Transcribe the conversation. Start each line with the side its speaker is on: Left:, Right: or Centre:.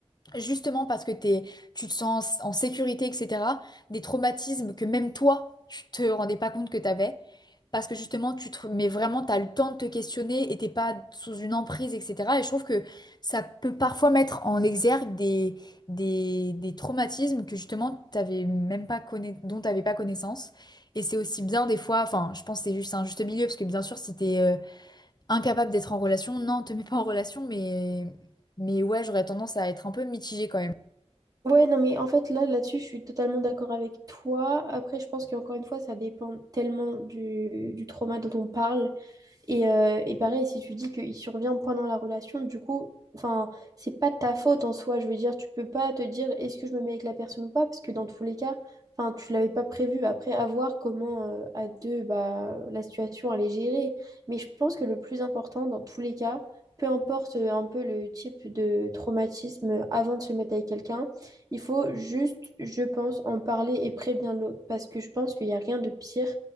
Left: justement parce que t'es, tu te sens en sécurité, etc., des traumatismes que même toi, tu te rendais pas compte que t'avais. Parce que justement, tu te, mais vraiment, t'as le temps de te questionner et t'es pas sous une emprise, etc. Et je trouve que ça peut parfois mettre en exergue des, des, des traumatismes que justement, t'avais même pas conna... dont t'avais pas connaissance. Et c'est aussi bien des fois, enfin, je pense que c'est juste un juste milieu, parce que bien sûr, si t'es, euh, incapable d'être en relation. Non, te mets pas en relation, mais, mais ouais, j'aurais tendance à être un peu mitigée quand même.
Right: Ouais, non, mais en fait, là, là-dessus, je suis totalement d'accord avec toi. Après, je pense qu'encore une fois, ça dépend tellement du, du trauma dont on parle et, euh, et pareil, si tu dis qu'il survient pendant la relation, du coup, enfin, c'est pas de ta faute en soi. Je veux dire, tu peux pas te dire est-ce que je me mets avec la personne ou pas, parce que dans tous les cas, enfin, tu l'avais pas prévu. Après, à voir comment euh, à deux, bah, la situation elle est gérée. Mais je pense que le plus important dans tous les cas, peu importe euh, un peu le type de traumatisme avant de se mettre avec quelqu'un, il faut juste, je pense, en parler et prévenir l'autre, parce que je pense qu'il n'y a rien de pire